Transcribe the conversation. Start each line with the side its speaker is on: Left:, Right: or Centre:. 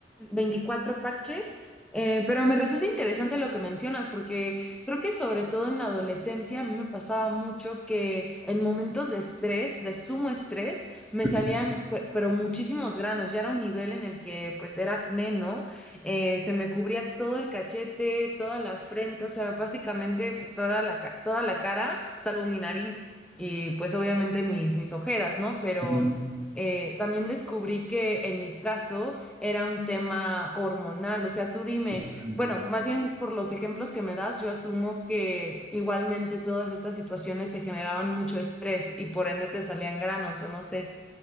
Centre: 24 parches, eh, pero me resulta interesante lo que mencionas, porque creo que sobre todo en la adolescencia a mí me pasaba mucho que en momentos de estrés, de sumo estrés, me
Right: Ujú,
Centre: salían pe- pero muchísimos granos. Ya era un nivel en el que pues era acné, ¿no? Eh, se me cubría todo el cachete, toda la frente, o sea, básicamente pues toda la, ca- toda la cara, salvo mi nariz y pues obviamente mis, mis ojeras, ¿no? Pero
Right: ujú,
Centre: eh, también descubrí que en mi caso era un tema hormonal, o sea, tú dime,
Right: ujú.
Centre: bueno, más bien por los ejemplos que me das, yo asumo que igualmente todas estas situaciones te generaban mucho estrés y por ende te salían granos o no sé.